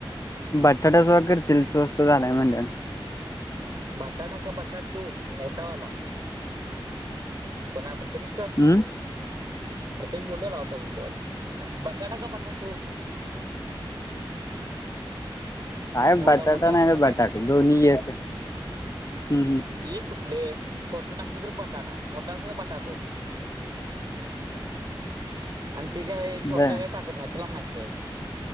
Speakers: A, on the left; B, on the right.
A: बटाटाचा कर कि स्वस्त झालाय य्हणत्यात.
B: बटाटा का बटाटू मोठा वाला कोणाब? तमिष्कर
A: हम्म.
B: प्रथमेश बोलला होता कॉल बटाटा का बटाटू?
A: काय
B: मोठा
A: बटाटा
B: मोठा
A: नाही
B: बटाटा
A: बटाटू दोनही एक हम् हम्.
B: ये कुठलं छोट टाकलं तर बटाटा मोठा टाकला तर बटाटो. आणि ती काय छोटं
A: बर
B: काय टाकत नाही तुला माहिती आहे.